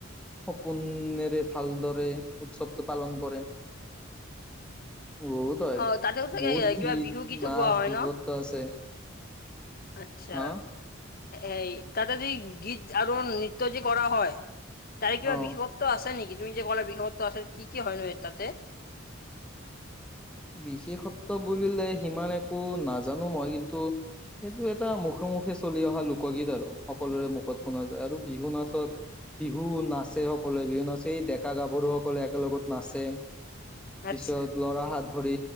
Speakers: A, in the centre; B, on the left (about 45°).
A: সপোনৰে ভালদৰে উৎসৱটো পালন কৰে। বহুত হয়
B: অহঁ তাতেও চাগে
A: বহুত গীত
B: কিবা বিহু গীতো
A: নাচ
B: গোৱা হয়
A: বিহুততো
B: ন?
A: আছে
B: আচ্ছা।
A: হা
B: এ তাতে যি‌ গীত আৰু নৃত্য যি কৰা হয় তাৰে কিবা
A: অ
B: বিশেষত্ব আছে নেকি? তুমি যে কলা বিশেষত্ব আছে কি কি হয় ন এ তাতে?
A: বিশেষত্ব বুলিলে সিমান একো নাজানো মই কিন্তু সেইটো এটা মুখে মুখে চলি অহা লোকগীত আৰু সকলোৰে মুখত শুনা যায় আৰু বিহু নাচত বিহু নাচে সকলোৱে বিহু নাচে এই ডেকা গাভৰু সকলে একেলগত নাচে। পিছত
B: আচ্ছা
A: লৰা হাত। ভৰি